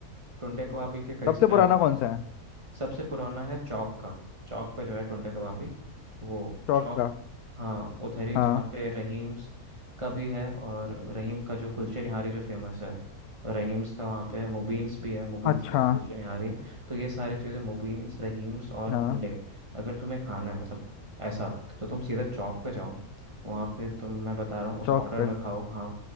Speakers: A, on the right; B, on the left.
A: टुंडे कबाबी के कई
B: सबसे
A: सारे
B: पुराना
A: आउटलेट्स
B: कौन सा
A: हैं
B: है
A: सबसे पुराना है चौक का चौक पे जो है टुंडे कबाबी वो
B: चौक
A: चौक
B: का
A: हाँ उधर ही
B: हाँ
A: जहाँ पे रहीम्स का भी है और रहीम का जो कुलचे निहारी जो फेमस है रहीम्स का वहाँ पे है मुबीन्स भी है मुबीन्स
B: अच्छा
A: का जो कुलचे निहारी है तो ये सारी चीज़ें मुबीन्स रहीम्स और
B: हाँ
A: टुंडे अगर तुम्हें खाना है मतलब ऐसा तो तुम सीधा चौक पे जाओ वहाँ पे तुम मैं बता रहा हूँ उस
B: चौक
A: ऑर्डर
B: पे
A: में खाओ हाँ